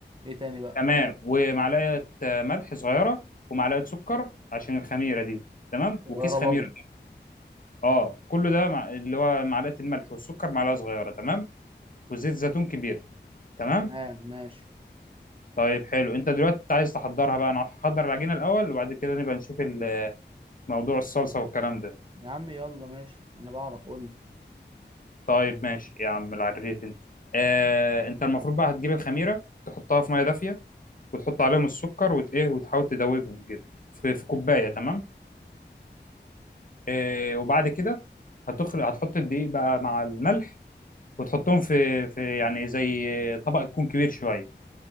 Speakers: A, on the right; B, on the left.
A: ايه تاني بقى
B: تمام ومعلقه آه، ملح صغيره ومعلقه سكر عشان الخميره دي تمام
A: صغيره
B: وكيس خميره
A: برضه
B: اه كله ده مع... اللي هو معلقه الملح والسكر معلقه صغيره تمام وزيت زيتون كبير تمام
A: تمام ماشي
B: طيب حلو انت دلوقتي عايز تحضرها بقى انا هحضر العجينه الاول وبعد كده نبقى نشوف ال- موضوع الصلصه والكلام ده
A: يا عم يلا ماشي انا بعرف قول لي
B: طيب ماشي يا عم العريف انت آه انت المفروض بقى هتجيب الخميره تحطها في ميه دافيه وتحط عليهم السكر وت ايه وتحاول تدوبهم كده في, في كوبايه تمام آه وبعد كده هتخلق هتحط الدقيق بقى مع الملح وتحطهم في في يعني زي طبق يكون كبير شويه